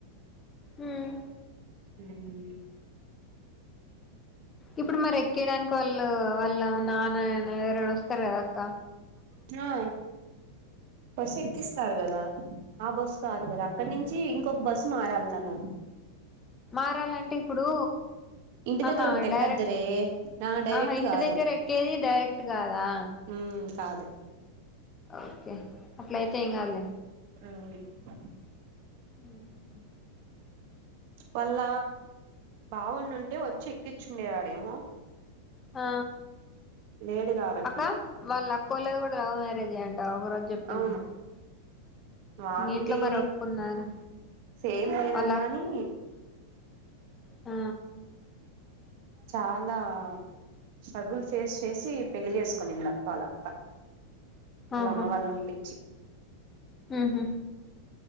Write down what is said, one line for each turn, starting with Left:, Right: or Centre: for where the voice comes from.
Left: ఉమ్
Right: ఉమ్
Left: ఇప్పుడు మరేక్కేయడానికి వాళ్ళు వాళ్ళ నాన్న ఎవరైన వస్తరు కదక్క
Right: ఆ బస్సు ఎక్కిస్తారు కదా ఆ బస్ కాదు కదా అక్కడ నుంచి ఇంకొక బస్సు మారళ్తాను
Left: మారాలంటే ఇప్పుడు
Right: ఇంటి
Left: ఆహ
Right: దగ్గర ఒకటి ఎక్కద్దురే
Left: డైరెక్ట్
Right: నా డైరెక్ట్
Left: ఆహా ఇంటి
Right: కాదు
Left: దగ్గర ఎక్కేది డైరెక్ట్ కాదా
Right: ఉమ్ కాదు
Left: ఓకే అట్లేతే ఏయింగాదులే
Right: అవు ప
Left: ఉమ్
Right: వాళ్ళ బావుండుంటే వచ్చి ఎక్కించుండేవాడేమో
Left: ఆ
Right: లేడు కాబట్టి
Left: అక్క వాళ్ళుక్క్కవలది కూడా లవ్ మ్యారేజ్ అయ అంట ఒక రోజు చెప్పింది
Right: అవును వాంది
Left: మీ ఇంట్లో మరి ఒప్పుకున్నారా
Right: సేమ్ అయినా
Left: వాళ్ళ
Right: గానీ
Left: అక్- ఆ
Right: చాలా స్ట్రగుల్ ఫేస్ చేసి పెళ్లి చేసుకునిందక్క వాళ్క్క అలా
Left: ఆహా
Right: అమ్మ వాళ్ళనోప్పచ్చి
Left: ఉహు